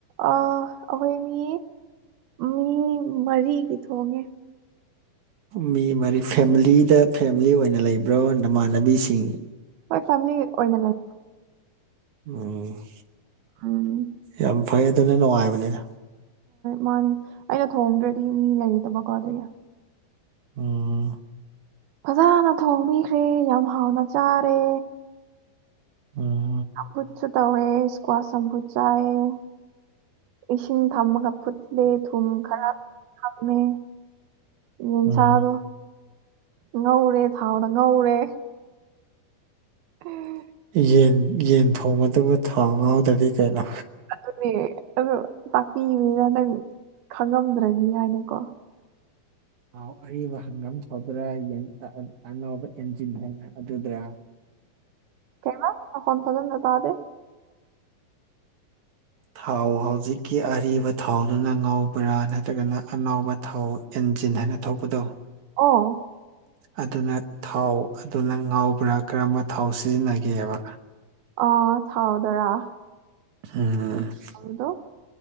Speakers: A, on the right; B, on the right.
A: ꯑ ꯑꯩꯈꯣꯏ ꯃꯤ ꯃꯤ ꯃꯔꯤꯒꯤ ꯊꯣꯡꯉꯦ
B: ꯃꯤ ꯃꯔꯤ ꯐꯦꯃꯤꯂꯤꯗ ꯐꯦꯃꯤꯂꯤ ꯑꯣꯏꯅ ꯂꯩꯕ꯭ꯔꯣ ꯅꯃꯥꯟꯅꯕꯤꯁꯤꯡ
A: ꯍꯣꯏ ꯐꯦꯃꯤꯂꯤ ꯑꯣꯏꯅ ꯂꯩ
B: ꯎꯝ
A: ꯎꯝ
B: ꯌꯥꯝ ꯐꯩ ꯑꯗꯨꯅ ꯅꯨꯡꯉꯥꯏꯕꯅꯤꯅ
A: ꯃꯥꯅꯦ ꯑꯩꯅ ꯊꯣꯡꯗ꯭ꯔꯗꯤ ꯃꯤ ꯂꯩꯗꯕꯀꯣ ꯑꯗꯨꯒꯤ
B: ꯑꯣ
A: ꯐꯖꯅ ꯊꯣꯡꯕꯤꯈ꯭ꯔꯦ ꯌꯥꯝ ꯍꯥꯎꯅ ꯆꯥꯔꯦ
B: ꯎꯝ
A: ꯁꯝꯕꯨꯠꯁꯨ ꯇꯧꯋꯦ ꯏꯁꯀ꯭ꯋꯥꯁ ꯁꯝꯕꯨꯠ ꯆꯥꯏꯑ ꯏꯁꯤꯡ ꯊꯝꯃꯒ ꯐꯨꯠꯂꯦ ꯊꯨꯝ ꯈꯔ ꯊꯝꯃꯦ ꯌꯦꯟꯁꯥꯗꯣ
B: ꯎꯝ
A: ꯉꯧꯔꯦ ꯊꯥꯎꯘ ꯉꯧꯔꯦ ꯎꯝ
B: ꯌꯦꯟ ꯌꯦꯟ ꯊꯣꯡꯕꯗꯨꯕꯨ ꯊꯥꯎ ꯉꯥꯎꯗꯗꯤ ꯀꯩꯅꯣ
A: ꯑꯗꯨꯅꯦ ꯑꯗꯨ ꯇꯥꯛꯄꯤꯕꯅꯤꯅ ꯅꯪ ꯈꯪꯉꯝꯗ꯭ꯔꯗꯤ ꯍꯥꯏꯅꯀꯣ
B: ꯑꯥꯎ ꯑꯔꯤꯕ ꯍꯪꯉꯝ ꯊꯧꯗ꯭ꯔꯥ ꯑꯅꯧꯕ ꯏꯟꯖꯤꯟ ꯍꯥꯏꯅ꯭ꯔ ꯑꯗꯨꯗ꯭ꯔꯥ
A: ꯀꯦꯃ ꯐꯣꯟ ꯐꯗꯅ ꯅ ꯇꯍꯦ <inaudible>
B: ꯊꯥꯎ ꯍꯧꯖꯤꯛꯀꯤ ꯑꯔꯤꯕ ꯊꯥꯎꯗꯨꯅ ꯉꯕ꯭ꯔꯥ ꯅꯠꯇ꯭ꯔꯒꯅ ꯑꯅꯥꯕ ꯊꯥꯎ ꯏꯟꯖꯤꯟ ꯍꯥꯏꯅ ꯊꯧꯄꯗꯨ
A: ꯑꯣ
B: ꯑꯗꯨꯅ ꯊꯥꯎ ꯑꯗꯨꯅ ꯉꯥꯎꯕ꯭ꯔꯥ ꯀꯔꯝꯕ ꯊꯥꯎ ꯁꯤꯖꯤꯟꯅꯒꯦꯕ
A: ꯑ ꯊꯥꯎꯗꯔꯥ
B: <unintelligible>
A: ꯍꯗꯣ